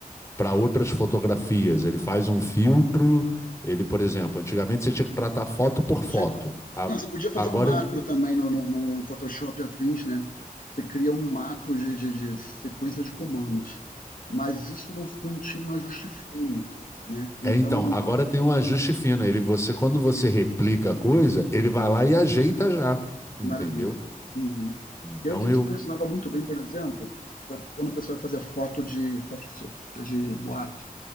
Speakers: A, on the left (about 20°); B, on the left (about 65°).
A: para outras fotografias. Ele faz um filtro. Ele, por exemplo, antigamente você tinha que tratar foto por
B: Eu
A: foto.
B: tinha que
A: A-
B: não, você podia fazer
A: Agora
B: um macro
A: ele
B: também no no no Photoshop e afins, né. Você cria um macro de de de sequência de comandos, mas isso não não tinha um ajuste fino, né, então
A: É, então, agora tem um ajuste fino. Ele, você, quando
B: maravilha,
A: você replica a coisa, ele vai lá e ajeita já, entendeu?
B: maravilha. Uhum.
A: Então
B: E antes
A: eu
B: isso funcionava muito bem, por exemplo, para quando a pessoa fazia foto de festa de boate,